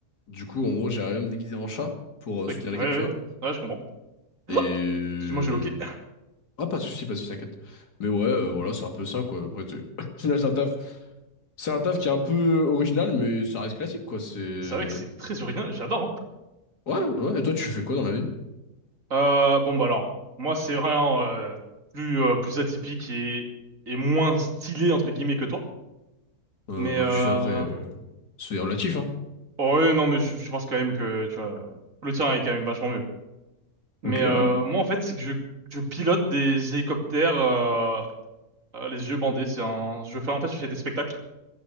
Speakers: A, on the left; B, on the right.
A: Du coup, en gros, j'irais même me déguiser en chat pour euh,
B: Ok,
A: soutenir
B: ouais,
A: l'équipe,
B: ouais.
A: tu vois.
B: Ouais, Ouais, je comprends.
A: Et.
B: <gasps>
A: euh,
B: Excuse-moi, j'ai loqué.
A: Ah, pas de soucis, pas de soucis, t'inquiète. Mais ouais, euh, voilà, c'est un peu ça, quoi. Après, c'est- <laughs> au final, c'est un taf. C'est un taf qui est un peu original, mais ça reste classique, quoi. C'est.
B: C'est vrai que c'est très original, j'adore, hein.
A: Ouais, ouais. Et toi, tu fais quoi dans la vie?
B: Euh, bon bah alors, moi c'est vraiment euh, plus euh, plus atypique et et moins stylé entre guillemets que toi.
A: Euh,
B: Mais
A: bah,
B: euh...
A: tu fais après. euh, C'est relatif, hein.
B: oh, ouais, non mais je, je pense quand même que tu vois le tien est quand même vachement mieux. Mais
A: Ok,
B: euh,
A: ouais.
B: moi en fait c'est que je je pilote des hélicoptères euh, euh, les yeux bandés. C'est un je fais en fait je fais des spectacles.